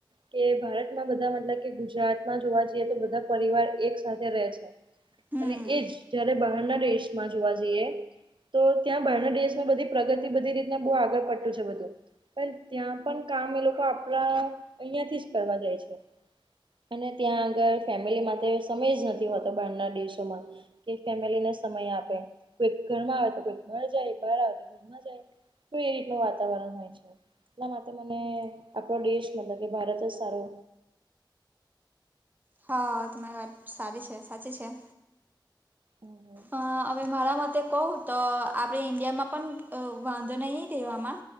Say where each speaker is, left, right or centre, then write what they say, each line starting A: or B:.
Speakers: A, on the right (about 85°); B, on the right (about 20°).
A: કે ભારતમાં બધા મતલબ કે ગુજરાત મા જોવા જઈએ તો બધા પરિવાર એક સાથે રહે છે.
B: હમ
A: અને એ જ જયારે બહારના દેશમાં જોવા જઈએ તો ત્યાં બહના દેશમાં બધી પ્રગતિ બધી રીતના બહુ આગળ પડતું છે બધું પણ ત્યાં પણ કામ એ લોકો આપણા અહંયા થી જ કરવા જાય છે. અને ત્યાં આગળ ફેમિલી માટે સમય જ નથી હોતો બહારના દેશોમાં. કે ફેમિલી ને સમય આપે, કોઈ ઘરમાં આવે તો કોઈ બાર જાય, બહાર આવે તો કોઇ ઘરમાં જાય તો એ રીતનું વાતાવરણ હોય છે. એટલા માટે મને, આપણો દેશ મતલબ કે ભારત જ સારો
B: હા તમારી વાત સારી છે, સાચી છે.
A: હમ્મ
B: અ હવે મારા મતે કવ તો, આપણે ઈન્ડિયામાં પણ અ વાંધો નહી રહેેવામાં.